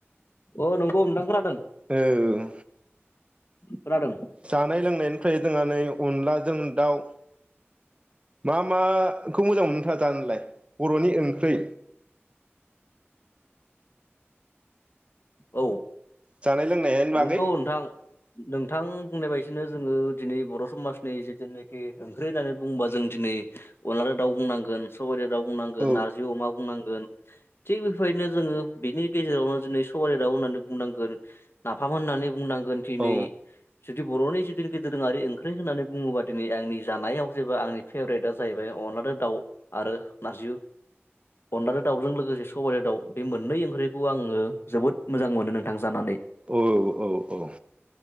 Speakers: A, on the left (about 60°); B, on the right (about 25°).
A: अ नंगौ नोंथां खोनादों।
B: ओं
A: खोनादों
B: जानाय लोंनायनिफ्राय जोंहा नै अनलाजों दाउ मा मा खौ मोजां मोनो नोंथां जानोलाय बर'नि ओंख्रै
A: औ
B: जानाय लोंनायनि बागै
A: नंगौ नोंथां नोंथां बुंनाय बाय दिनो जोङो दिनै बर समाजनि जितुनोखि ओंख्रि होननानै बुङोबा जों दिनै अनलाजो दाउ बुंनांगोन, सबायदो बुंनांगोन
B: औ
A: नारजि अमा बुंनां गोन थिग बेफो बायदिनो जोङो बेनि गेजेरावनो दिनै सबायजो दाव होननानै बुंनांगोन नाफाम होननानै बुंनां गोन दिनै
B: औ
A: जुदि बर'नि <unintelligible> <unintelligible> दोरोङारि ओंख्रै होननानै बुङोबा दिनै आंनि जानायाव जेबो आंनि फेभरेटआ जाहैबाय अनलादो दाउ आरो नारजि अनलादो दाउजों लोगोसे स <unintelligible> दाउ बे मोननै ओंख्रिखौ आङो जोबोद मोजां मोनो नोंथां जानानै।
B: औ औ औ